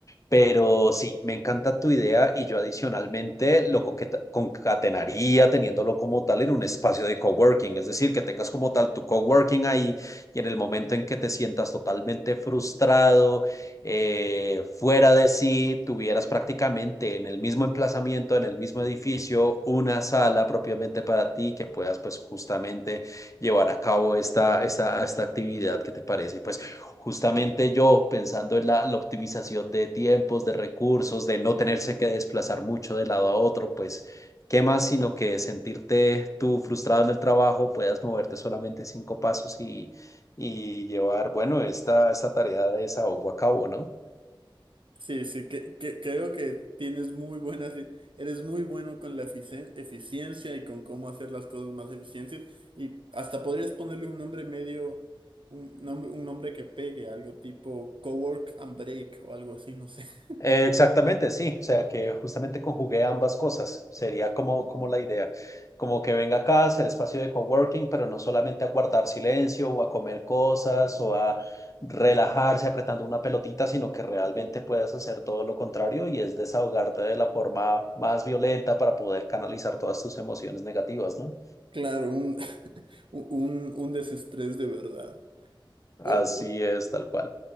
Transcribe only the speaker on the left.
Pero sí, me encanta tu idea y yo adicionalmente lo conqueta- concatenaría teniéndolo como tal en un espacio de coworking, es decir, que tengas como tal tu coworking ahí y en el momento en que te sientas totalmente frustrado, eh, fuera de sí, tuvieras prácticamente en el mismo emplazamiento, en el mismo edificio, una sala propiamente para ti que puedas pues justamente llevar a cabo esta, esta, esta actividad que te parece. Pues Justamente yo pensando en la, la optimización de tiempos, de recursos, de no tenerse que desplazar mucho de lado a otro, pues qué más sino que sentirte tú frustrado en el trabajo, puedas moverte solamente cinco pasos y, y llevar, bueno, esta, esta tarea de desahogo a cabo, ¿no?
Eh, exactamente, sí. O sea, que justamente conjugué ambas cosas. Sería como, como la idea. Como que venga acá, a hacer espacio de coworking, pero no solamente a guardar silencio o a comer cosas o a relajarse apretando una pelotita, sino que realmente puedas hacer todo lo contrario y es desahogarte de la forma más violenta para poder canalizar todas tus emociones negativas, ¿no?
Así
es, tal cual.